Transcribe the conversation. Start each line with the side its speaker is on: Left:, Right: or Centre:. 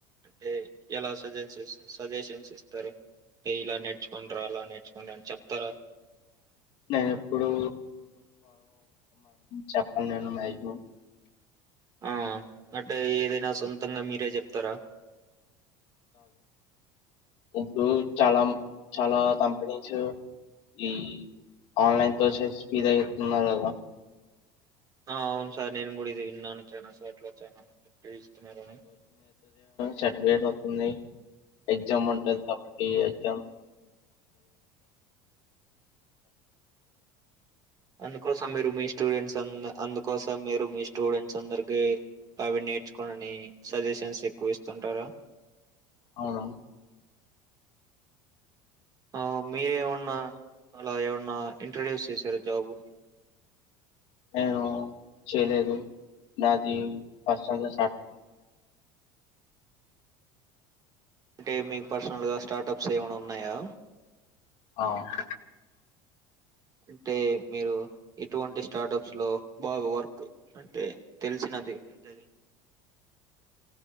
Right: అంటే ఎలా సజెషస్ సజెషన్స్ ఇస్తారు అంటే ఇలా నేర్చుకుంనిరా అలా నేర్చుకోనీ అని చెప్తారా
Left: నేను ఎప్పుడు చెప్పను నేను మాక్సిమం
Right: ఆ అంటే ఏదైనా సొంతంగా మీరే చెప్తారా
Left: ఇప్పుడు చాలా చాలా కంపెనీస్ ఈ ఆన్లైన్ కోర్సు ఫ్రీగా ఇస్తున్నారు కదా
Right: ఆ! అవును సార్ నేను కూడా ఇది విన్నాను చానా సార్లు అట్లా చానా ఇస్తున్నారని.
Left: సర్టిఫికేట్ వస్తుంది. ఎగ్జామ్ ఉంటది కాబట్టి ఎగ్జామ్
Right: అందుకోసం మీరు మీ స్టూడెంట్స్ అందుకోసం మీరు మీ స్టూడెంట్స్ అందరికి అవి నేర్చుకోని అని సజెషన్స్ ఎక్కువ ఇస్తుంటారా
Left: అవునా
Right: ఆహ్ మీరేమన్నా అలా ఏమన్నా ఇంట్రొడ్యూస్ చేసారా జాబు
Left: నేను చేయలేదు నాది <unintelligible>
Right: అంటే మీకు పర్సనల్గా స్టార్టప్స్ ఏమైనా ఉన్నాయా
Left: ఆహ్
Right: అంటే మీరు ఎటువంటి స్టార్టప్స్ లో బాగా వర్క్ అంటే తెలిసినది ఉంటది